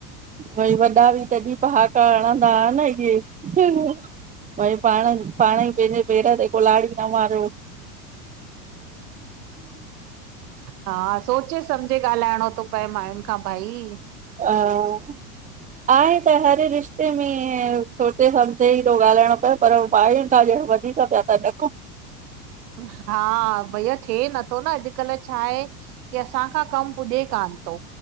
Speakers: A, on the right (about 15°); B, on the right (about 85°).
A: वरी वॾा बि कॾी पहाका हणंदा हा न, इहे। भई, पाण, पाण ई पैंजे पेर ते कुल्हाड़ी ता मार्
B: हा, सोचे समझ सम्झे ॻाल्हाइणो तो पए मायुन खां भाई।
A: हा आहे त हर रिश्ते में, सोचे सम्झे ई थो ॻाल्हाइणो पै। पर, मांयुन खां ॼण वधीक प्या ता ॾकूं।
B: हा, भइया थे नथो न, अॼकल्ह छाहे। की असांखां कम पुॼे कान तो,